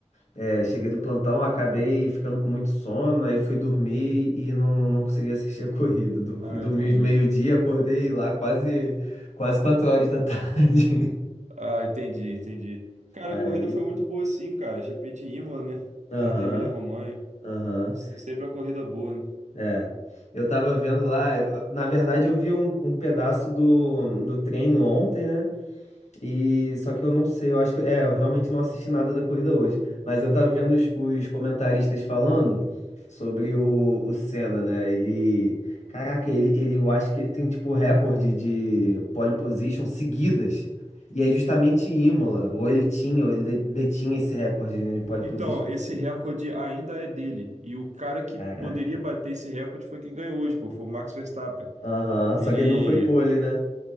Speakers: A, on the left (about 75°); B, on the right (about 85°).
A: É, cheguei do plantão, acabei ficando com muito sono, aí fui dormir e não, não consegui assistir a <laughs> corrida. Du-
B: Ah,
A: Fui dormir
B: entendi.
A: uns meio-dia, acordei lá quase, quase quatro horas da tarde.
B: Ah, entendi, entendi. Cara,
A: <laughs> Aí.
B: a corrida foi muito boa sim, cara. GP de Imola, né?
A: Aham.
B: Lá na Emília-Romanha.
A: Aham,
B: Se- Sempre uma corrida boa, né?
A: é. Eu tava vendo lá, eu- na verdade eu vi um, um pedaço do, do treino ontem, né? E só que eu não sei, eu acho que, é, eu realmente não assisti nada da corrida hoje, mas eu tava vendo os, os comentaristas falando sobre o, o Senna, né? Ele, caraca, ele, ele, eu acho que ele tem tipo recorde de pole position seguidas. E é justamente Imola, ou ele tinha, ou ele de- detinha esse recorde né, de pole position
B: Então, esse
A: seguidas.
B: recorde ainda é dele. E o cara que
A: Caraca.
B: poderia bater esse recorde foi quem ganhou hoje, pô. Foi o Max Verstappen.
A: Aham,
B: Ele.
A: Só que ele não foi pole, né?